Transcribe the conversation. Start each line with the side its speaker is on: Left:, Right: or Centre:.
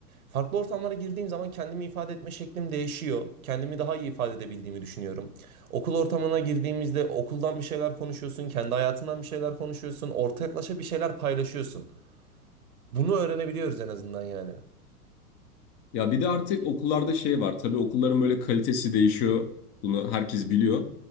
Right: Farklı ortamlara girdiğim zaman kendimi ifade etme şeklim değişiyor. Kendimi daha iyi ifade edebildiğimi düşünüyorum. Okul ortamına girdiğimizde okuldan bir şeyler konuşuyorsun, kendi hayatından bir şeyler konuşuyorsun, ortaklaşa bir şeyler paylaşıyorsun. Bunu öğrenebiliyoruz en azından yani.
Left: Ya bir de artık okullarda şey var. Tabii okulların böyle kalitesi değişiyor. Bunu herkes biliyor.